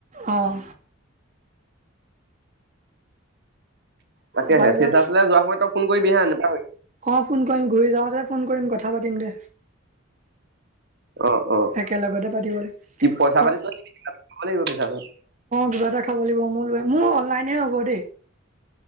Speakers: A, on the right; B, on the right.
A: অঁ।
B: তাকে
A: তাৰপা
B: হে
A: এইবিলাক
B: ফ্ৰেচাৰ্চ চলা যোৱা সময়ত ফোন কৰিবি হা নেপাহৰিবি
A: অ' ফোন কৰিম ঘূৰি যাওঁতে ফোন কৰিম কথা পাতিম দে।
B: অ', অ',
A: একেলগতে পাতিব। আ
B: কি পইচা পাতি
A: অ
B: লৈ আহিবি ল'ব লাগিব ফেচাৰ্চত
A: কিবা এটা খাব লাগিব মোৰ ল মোৰ অনলাইনে হ'ব দেই।